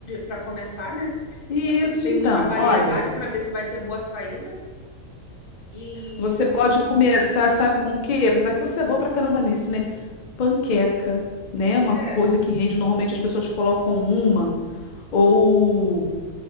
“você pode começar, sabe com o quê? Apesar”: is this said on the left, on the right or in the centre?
Left